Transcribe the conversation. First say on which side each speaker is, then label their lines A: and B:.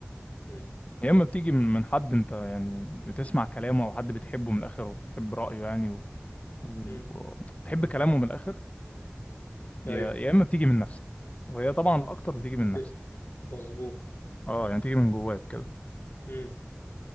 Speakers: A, on the left; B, on the left.
A: مم.
B: يا اما بتيجي من من حد انت يعني بتسمع كلامه او حد بتحبه من الاخر وبتحب رايه يعني وتحب و...
A: مم.
B: و- بتحب كلامه من الاخر يا
A: ايوه
B: يا اما بتيجي من نفسك وهي طبعا الاكتر بتيجي من
A: ف-
B: نفسك
A: مظبوط
B: اه يعني بتيجي من جواك كده
A: مم.